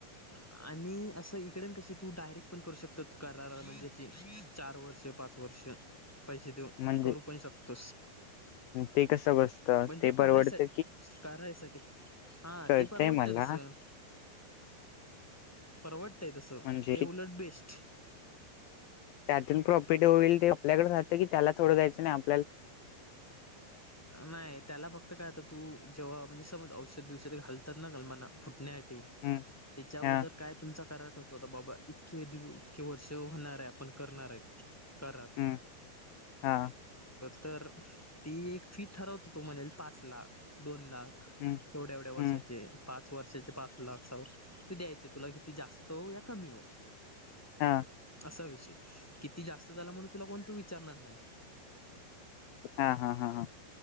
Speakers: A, in the centre; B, on the left.
A: आणि असं इकडे कसे तू डायरेक्ट पण करू शकत करार म्हणजे तीन चार वर्ष ते पाच वर्ष पैसे देऊन
B: म्हणजे
A: करू पण शकतोस
B: ते कसं बसतं
A: म्हणजे
B: ते
A: करायसाठी
B: परवडत
A: करायसाठी हा
B: कळतय
A: ते परवडत
B: मला
A: तसं परवडतंय तसं
B: म्हणजे
A: ते उलट बेस्ट
B: त्यातून पीठे होईल ते आपल्याकडे राहत की त्यालाथोड द्यायचं आणि आप
A: नाही त्याला फक्त काय आता तू जेव्हा म्हणजे समज औषध बीवशत घालतात ना काल मना फुटण्यासाठी
B: हम्म
A: त्याच्यागोदर
B: हा
A: काय तुमचा कराड त आता बाबा इतके दिव इतके वर्ष होणार आहे आपण करणार आहे. करार
B: हम्म हा
A: तर ती एक फी ठरवत हो तो म्हणेल पाच लाख दोन लाख
B: हम्म
A: एवढ्या एवढ्या वर्षाचे
B: हम्म
A: पाच वर्षाचे पाच लाख <unintelligible> ते द्यायचे तुला किती जास्त हो या कमी हो.
B: हा
A: असा विषय किती जास्त झाला म्हणून तुला कोण तु विचारणार नाही.
B: हा हा हा हा.